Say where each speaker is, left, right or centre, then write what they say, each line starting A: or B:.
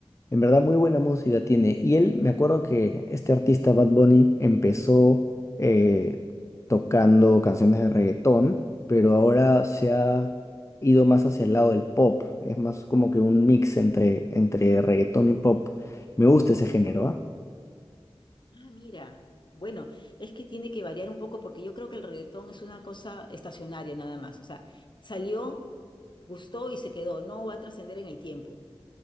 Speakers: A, on the left; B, on the left.
A: En verdad, muy buena música tiene. Y él, me acuerdo que este artista Bad Bunny empezó eh, tocando canciones de reggaetón, pero ahora se ha ido más hacia el lado del pop. Es más como que un mix entre, entre reggaetón y pop. Me gusta ese género, ¿ah?
B: Ah, mira, bueno, es que tiene que variar un poco porque yo creo que el reggaetón es una cosa estacionaria nada más. O sea, salió, gustó y se quedó, no va a trascender en el tiempo.